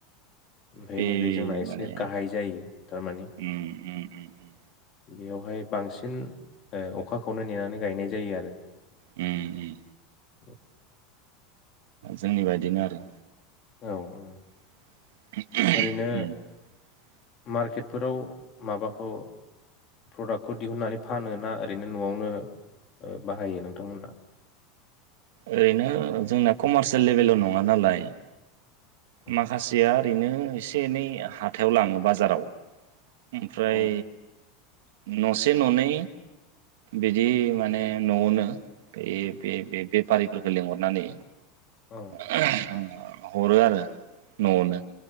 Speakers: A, on the left; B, on the right.
A: ओमफ्राय
B: बे
A: नैबे जोंना एसे
B: माने
A: गाहाय जायो थारमाने
B: ओम ओम
A: बेयावहाय बांसिन अखाखौनो नेनानै गायनाय जायो आरो
B: उम उम
A: <inaudible>
B: जोंनि बायदिनो आरो
A: औ औ
B: <unintelligible>
A: ओरैनो मार्केटफोराव माबाखौ प्रडाक्टखौ दिहुननानै फानो ना ओरैनो नआवनो बाहायो नोंथांमोनहा
B: ओरैनो जोंना कमारसियेल लेभेलाव नङा नालाय
A: औ
B: माखासेया ओरैनो एसे एनै हाथायाव लाङो बाजाराव ओमफ्राय
A: उम,
B: नसे ननै बिदि
A: औ
B: माने नआवनो बे बे बेपारि फोरफोरखौ लिंहरनानै
A: औ
B: <unintelligible> हरो आरो ननो